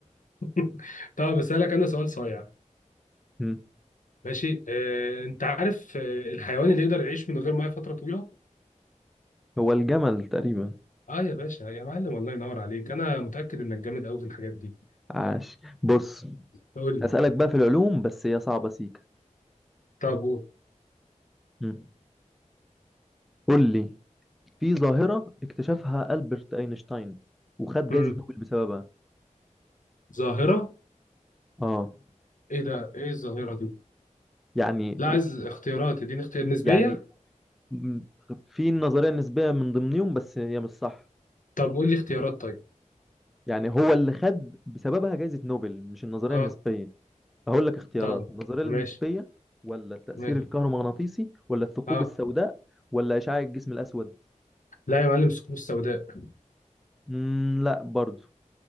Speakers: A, on the left; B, in the centre.
A: <laughs> طب أسألك أنا سؤال صايع
B: مم.
A: ماشي آه، أنت عارف آه، الحيوان اللي يقدر يعيش من غير مية فترة طويلة؟
B: هو الجمل تقريبا
A: أه يا باشا يا معلم الله ينور عليك أنا متأكد إنك جامد أوي في الحاجات دي
B: عاش بص
A: قول لي
B: اسالك بقى في العلوم بس هي صعبة سيكا
A: طب قول
B: مم. قول لي في ظاهرة اكتشفها ألبرت أينشتاين وخد
A: مم.
B: جايزة نوبل بسببها
A: ظاهرة
B: اه
A: إيه ده؟ إيه الظاهرة دي؟
B: يعني
A: لا عايز اختيارات اديني اختيار نسبية
B: يعني م- في النظرية النسبية من ضمنهم بس هي مش صح
A: طب قول لي اختيارات طيب
B: يعني هو اللي خد بسببها جائزة نوبل مش النظرية
A: اه
B: النسبية هقول لك اختيارات
A: طبعا
B: النظرية النسبية
A: ماشي
B: ولا التأثير
A: ماشي
B: الكهرومغناطيسي ولا الثقوب
A: اه
B: السوداء ولا إشعاع الجسم الأسود
A: لا يا معلم الثقوب السوداء
B: مم لا برضو